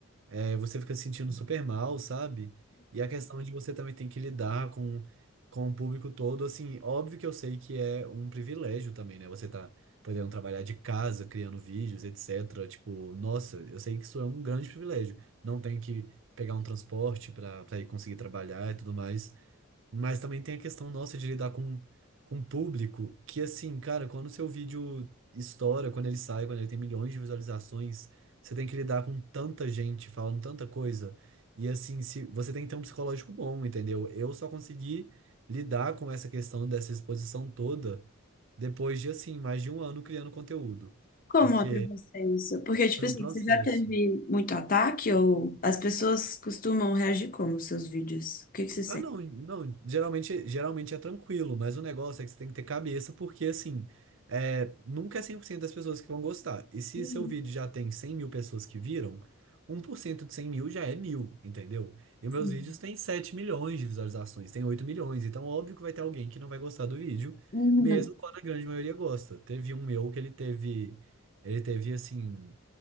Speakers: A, on the right; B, on the left.
A: é, você fica se sentindo super mal, sabe? E a questão de você também tem que lidar com, com o público todo, assim, óbvio que eu sei que é um privilégio também, né? Você tá podendo trabalhar de casa, criando vídeos, etc. Tipo, nossa, eu sei que isso é um grande privilégio. Não tem que pegar um transporte para para ir conseguir trabalhar e tudo mais. Mas também tem a questão nossa de lidar com, com público, que assim, cara, quando o seu vídeo estoura, quando ele sai, quando ele tem milhões de visualizações, você tem que lidar com tanta gente falando tanta coisa. E assim, se você tem que ter um psicológico bom, entendeu? Eu só consegui lidar com essa questão dessa exposição toda depois de assim, mais de um ano criando conteúdo.
B: Como
A: Porque
B: é pra você isso? Porque, tipo
A: foi
B: assim,
A: um processo.
B: você já teve muito ataque ou as pessoas costumam reagir como aos seus vídeos? O que que você sente?
A: Ah, não, não, geralmente, geralmente é tranquilo, mas o negócio é que você tem que ter cabeça, porque assim, é, nunca é 100% das pessoas que vão gostar. E se
B: Uhum.
A: seu vídeo já tem 100 mil pessoas que viram, um por cento de 100 mil já é mil, entendeu? E
B: sim.
A: meus vídeos têm 7 milhões de visualizações, tem 8 milhões, então óbvio que vai ter alguém que não vai gostar do vídeo,
B: Uhum.
A: mesmo quando a grande maioria gosta. Teve um meu que ele teve, ele teve assim